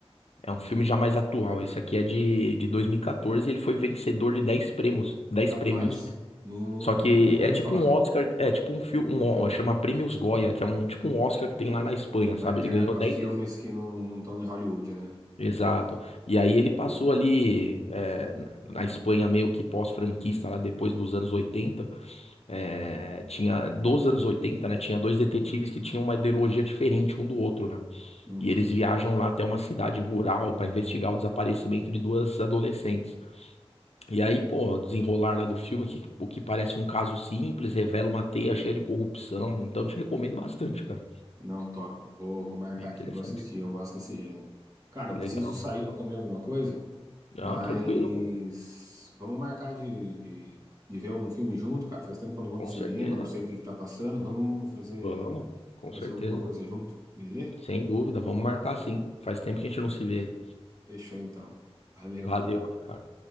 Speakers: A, on the left; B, on the right.
A: É um filme já mais atual. Esse aqui é de, de 2014 e quatorze e ele foi vencedor de 10 prêmios. 10
B: Rapaz,
A: prêmios.
B: nu-
A: Só
B: nu-
A: que
B: nunca
A: é
B: ouvi
A: tipo
B: falar.
A: um Oscar, é tipo um filme, um, Ó- chama Prêmios Goya, que é um tipo um Oscar que tem lá na Espanha, sabe?
B: Pra interna...
A: Ele ganhou
B: para
A: 10
B: filmes
A: vezes.
B: que não estão em Hollywood, né?
A: Exato. E aí ele passou ali é, na Espanha meio que pós-franquista lá depois dos anos 80. É, tinha dos anos oitenta né? Tinha dois detetives que tinham uma ideologia diferente um do outro, né?
B: Uhum.
A: E eles viajam lá até uma cidade rural para investigar o desaparecimento de duas adolescentes. E aí, pô, o desenrolar lá do filme, que, o que parece um caso simples, revela uma teia cheia de corrupção. Então, te recomendo bastante, cara.
B: Não, top. Vou, vou marcar
A: Bem interessante.
B: aqui, vou assistir. Eu gosto desse gênero. Cara, eu
A: Legal.
B: preciso sair pra comer alguma coisa.
A: Não,
B: Mas
A: tranquilo, pô.
B: vamos marcar de, de, de ver algum filme junto, cara. Faz tempo que eu não vou no
A: Com
B: cinema,
A: certeza.
B: não sei o que que tá passando. Vamos fazer,
A: Vamos, com
B: fazer
A: certeza.
B: alguma coisa junto, beleza?
A: Sem dúvida, vamos marcar sim. Faz tempo que a gente não se vê aí.
B: Fechou então. Valeu.
A: Valeu aí, cara.